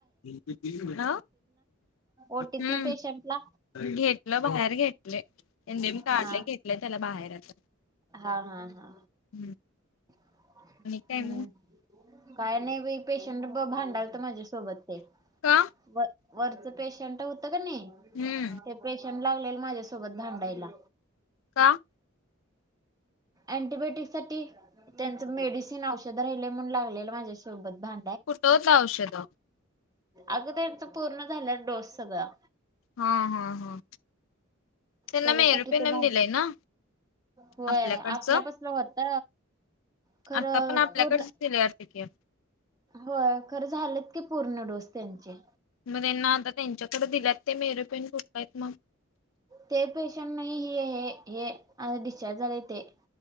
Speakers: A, on the left; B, on the right.
A: ह
B: ओटीतनं
A: हम्म
B: पेशंटला
A: घेतलं ग बाहेर घेतल नेम
B: हा
A: काढलं घेतलंय त्याला बाहेर आता
B: हा हा हा
A: हम्म
B: हम्म
A: आणि काय मग?
B: काय नाही बाई पेशंट भा भांडालत ते माझ्यासोबत
A: का?
B: व वरचं पेशंट होत कने
A: हम्म
B: पेशंट लागलेल माझ्यासोबत भांडायला
A: का
B: अंटीबाटिक साठी त्यांच मेडिसिन औषध राहिलंय म्हणून लागेल माझ्यासोबत भा
A: कुठं होतं औषध?
B: अग त्याचं पूर्ण झाल्यात डोस सगळा
A: हा हा हा त्यांना
B: त्याच्यासाठी
A: मेरोपेंनम
B: ते भा
A: दिलाय ना
B: होय
A: आपल्याकडचं
B: आपल्या पसला होत खरं
A: आता पण आपल्याकडच
B: पूर्ण
A: दिलेय वाटत की
B: होय खरं झालंत की पूर्ण डोस त्यांचे
A: मग त्यांना आता त्यांच्याकडे दिल्यात. ते मेहर पेन कुठे आहेत मग
B: ते पेशंट नाही हे हे अ डिस्चार्ज झालंय ते.